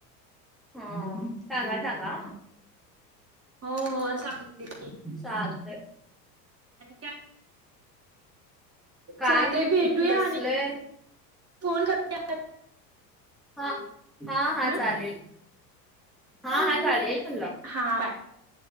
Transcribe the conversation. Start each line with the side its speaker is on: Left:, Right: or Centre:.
Centre: हा सांगा, सांगा
Right: हों हों ओ सांगते की
Centre: चालतय.
Right: आणि काय
Centre: काय
Right: चालतंय
Centre: नाही
Right: भेटूया
Centre: बसलोय.
Right: आणि फोन करते
Centre: हां. हां
Right: आणि
Centre: हां
Right: हा
Centre: चालेल, हां हां चालेल म्हणलं.
Right: हां बाय,